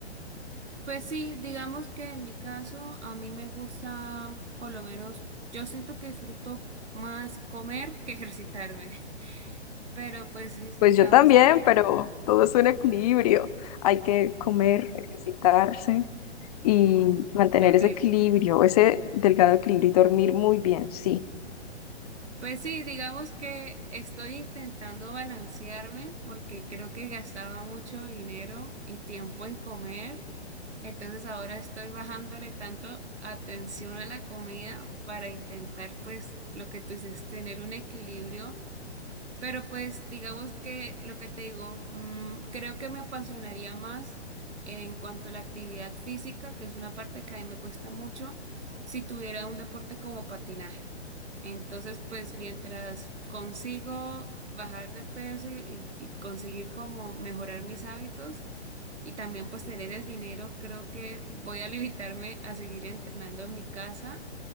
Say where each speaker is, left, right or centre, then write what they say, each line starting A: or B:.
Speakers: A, on the right; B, on the left.
A: Pues sí, digamos que en mi caso a mí me gusta, por lo menos yo siento que disfruto más comer que ejercitarme, <laughs> pero pues es-
B: Pues
A: digamos
B: yo también,
A: que
B: pero todo es un equilibrio. Hay que comer, ejercitarse y mantener
A: dormir.
B: ese equilibrio, ese delgado equilibrio y dormir muy bien, sí.
A: Pues sí, digamos que estoy intentando balancearme porque creo que gastaba mucho dinero y tiempo en comer, entonces ahora estoy bajándole tanto atención a la comida para intentar pues lo que tú dices, tener un equilibrio Pero pues digamos que lo que te digo, mm, creo que me apasionaría más en cuanto a la actividad física, que es una parte que a mí me cuesta mucho, si tuviera un deporte como patinaje. Entonces, pues mientras consigo bajar de peso y, y- y conseguir como mejorar mis hábitos y también pues tener el dinero, creo que voy a limitarme a seguir entrenando en mi casa